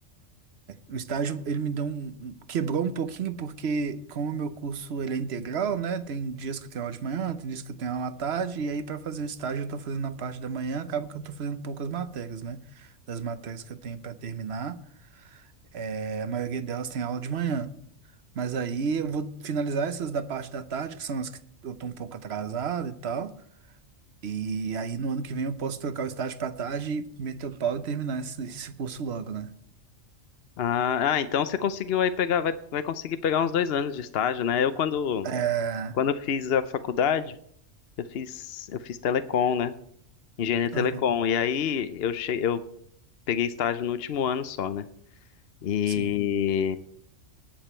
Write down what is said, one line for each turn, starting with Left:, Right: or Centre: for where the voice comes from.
Right: O estágio, ele me deu um, um- quebrou um pouquinho, porque como o meu curso, ele é integral, né? Tem dias que eu tenho aula de manhã, tem dias que eu tenho aula à tarde, e aí para fazer o estágio eu tô fazendo na parte da manhã, acaba que eu tô fazendo poucas matérias, né? Das matérias que eu tenho para terminar, é, a maioria delas tem aula de manhã. Mas aí eu vou finalizar essas da parte da tarde, que são as que eu tô um pouco atrasado e tal. E aí no ano que vem eu posso trocar o estágio para tarde, meter o pau e terminar esse, esse curso logo, né?
Left: Ah, ah, então você conseguiu aí pegar, vai, vai conseguir pegar uns dois anos de estágio, né? Eu quando,
Right: É...
Left: quando eu fiz a faculdade, eu fiz, eu fiz telecom, né? engenharia telecom.
Right: aham,
Left: E aí eu, che... eu peguei estágio no último ano só, né? E
Right: Sim.